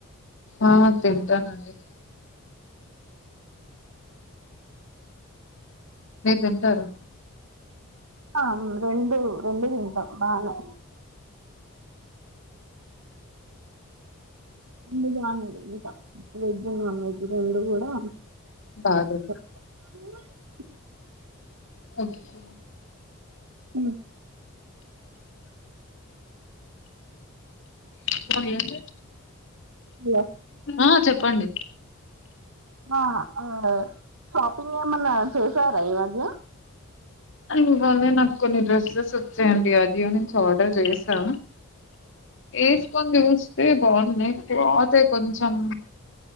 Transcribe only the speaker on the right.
ఆ మేమ్ రెండూ రెండు తింటాం బానే ఇందు బావున్నాది ఇంకా వెజ్ నాన్ వెజ్ రెండు కూడా
<inaudible>
ఉమ్
హలో
ఆ ఆ షాపింగ్ ఎమన్నా చేేసారా ఈమధ్య